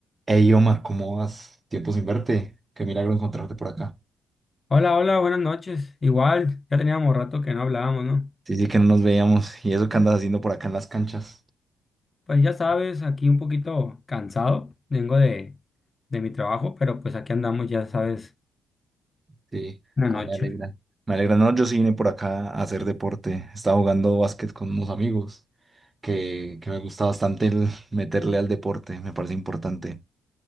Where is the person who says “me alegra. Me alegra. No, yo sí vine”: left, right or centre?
Right